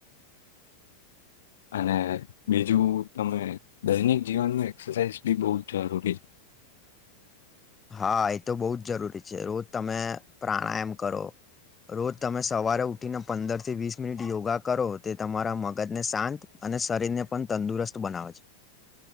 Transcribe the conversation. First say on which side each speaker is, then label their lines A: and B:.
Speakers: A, on the left; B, on the left.
A: અને બીજું તમે દૈનિક જીવનમાં એક્સરસાઇઝ બી બહુ જ જરૂરી છે. <inaudible>
B: હા એ તો બહુ જ જરૂરી છે રોજ તમે પ્રાણાયામ કરો રોજ તમે સવારે ઉઠીને પંદર થી વીસ મિનિટ યોગા કરો તે તમારા મગજને શાંત અને શરીર ને પણ તંદુરસ્ત બનાવે છે.